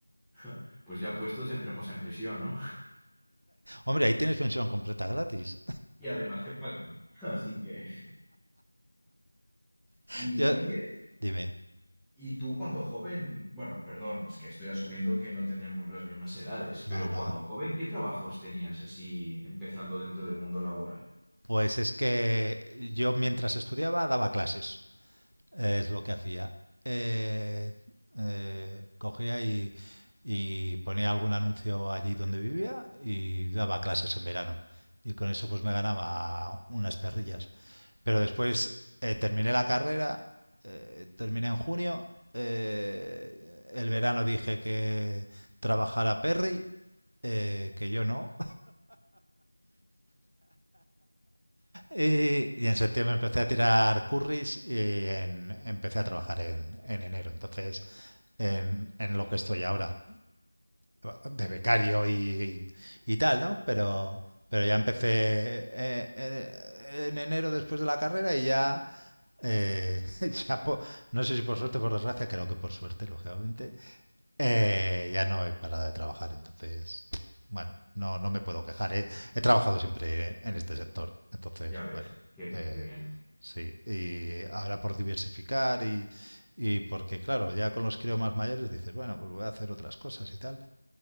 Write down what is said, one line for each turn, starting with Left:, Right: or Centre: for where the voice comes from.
Centre: <laughs> Pues ya puestos, entremos en prisión, ¿no?
Right: Hombre, ahí tienes pensión completa gratis.
Centre: Y además te pagan. <laughs> Así que.
Right: <laughs>
Centre: Y
Right: Yo-
Centre: oye.
Right: dime.
Centre: Y tú cuando joven, bueno, perdón, es que estoy asumiendo que no tenemos las mismas edades, pero
Right: No, no.
Centre: cuando joven, ¿qué trabajos tenías así empezando dentro del mundo laboral?
Right: Pues es que yo mientras estudiaba daba clases. Es lo que hacía. Eh, eh, cogía y, y ponía algún anuncio allí donde vivía y daba clases en verano. Y con eso pues me ganaba unas perrillas. Pero después eh, terminé la carrera, eh, terminé en junio, eh, el verano dije que trabajara Perry, eh, que yo no, Y, y en septiembre empecé a tirar curries y en- empecé a trabajar en, en enero. Entonces, en, en lo que estoy ahora de becario y, y, y tal, ¿no? Pero, pero ya empecé eh, eh, en enero después de la carrera y ya, eh, <laughs> ya po- no sé si por suerte o por desgracia, creo que por suerte, lógicamente, eh, ya no he parado de trabajar, entonces, bueno, no, no me puedo quejar. ¿eh? He trabajado siempre en, en este sector, entonces,
Centre: Ya ves,
Right: bueno,
Centre: qué bien,
Right: eh,
Centre: qué bien.
Right: sí. Y ahora por diversificar y, y porque, claro, ya con los críos más mayores dices, bueno, pues voy a hacer otras cosas y tal.